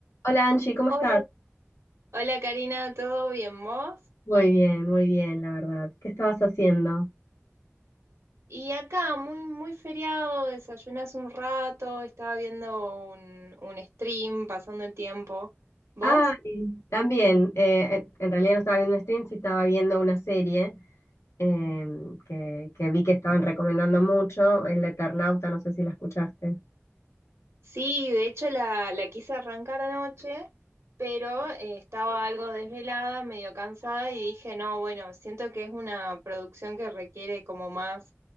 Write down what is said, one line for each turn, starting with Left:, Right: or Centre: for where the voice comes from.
Left: Hola Angie, ¿cómo
Right: Hola,
Left: estás?
Right: hola Karina, ¿todo bien vos?
Left: Muy bien, muy bien, la verdad. ¿Qué estabas haciendo?
Right: Y acá, muy, muy feriado, desayunas un rato, estaba viendo un, un stream, pasando el tiempo. ¿Vos?
Left: Ay, también, eh, eh, en realidad no estaba viendo un stream, sí estaba viendo una serie eh, que, que vi que estaban recomendando mucho, El Eternauta, no sé si la escuchaste.
Right: Sí, de hecho la, la quise arrancar anoche, pero eh, estaba algo desvelada, medio cansada y dije, no, bueno, siento que es una producción que requiere como más